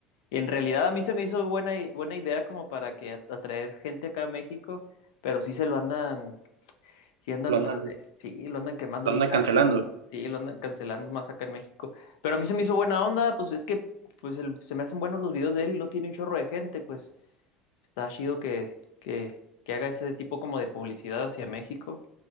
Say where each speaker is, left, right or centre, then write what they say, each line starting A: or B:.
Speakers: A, on the left (about 70°); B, on the right (about 85°).
A: y en realidad a mí se me hizo buena, i- buena idea como para que at- atraer gente acá a México, pero sí se lo andan, sí andan
B: Lo andan,
A: tras de, sí, lo andan quemando
B: lo
A: bien
B: andan
A: gacho,
B: cancelando.
A: ¿no? sí, lo andan cancelando más acá en México, pero a mí se me hizo buena onda, pues es que pues el- se me hacen buenos los videos de él y lo tiene un chorro de gente, pues Está chido que, que, que haga ese tipo como de publicidad hacia México.